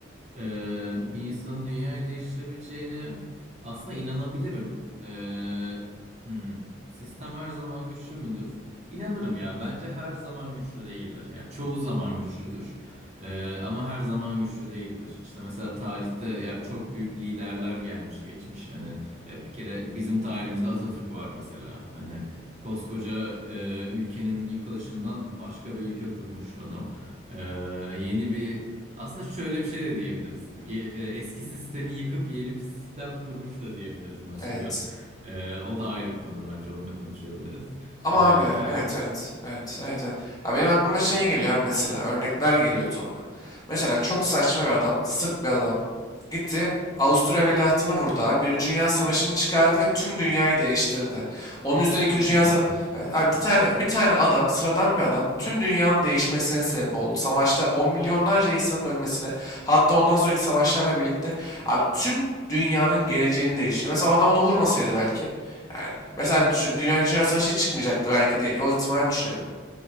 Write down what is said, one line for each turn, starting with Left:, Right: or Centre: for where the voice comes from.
Right: e, bir insanın dünyayı değiştirebileceğine aslında inanabilirim. E, hmm, sistem her zaman güçlü müdür? İnanırım ya. Bence her zaman güçlü değildir. Ya çoğu zaman güçlüdür. E, ama her zaman güçlü değildir. İşte mesela tarihte ya çok büyük liderler gelmiş geçmiş. Hani ya bir kere bizim tarihimizde Atatürk var mesela. Hani koskoca e, ülkenin yıkılışından başka bir ülke kurmuş adam. Ee, yeni bir aslında şöyle bir şey de diyebiliriz. Ye- e, eski sistemi yıkıp yeni bir sistem kurmuş da diyebiliriz mesela.
Left: Evet.
Right: Ee, o da ayrı bir konu bence. Onu da konuşabiliriz.
Left: Ama
Right: Ee,
Left: abi evet evet evet evet evet. Ya benim aklıma şey geliyor abi mesela örnekler geliyor tonla. Mesela çok saçma bir adam, sırf bir adam. Gitti. Avusturya veliahtını vurdu abi. Birinci Dünya Savaşı'nı çıkardı ve tüm dünyayı değiştirdi. Onun yüzünden
Right: ya
Left: İkinci
Right: çok güzel
Left: Dünya Savaşı...
Right: örnek.
Left: Abi bir tane, bir tane adam, sıradan bir adam tüm dünyanın değişmesine sebep oldu. Savaşlar, on milyonlarca insanın ölmesine, hatta ondan sonraki savaşlarla birlikte abi tüm dünyanın geleceğini değiştirdi. Mesela o adam onu vurmasaydı belki. Yani mesela düşün, Dünya Dünya Savaşı hiç çıkmayacaktı belki diye o ihtimali düşünelim.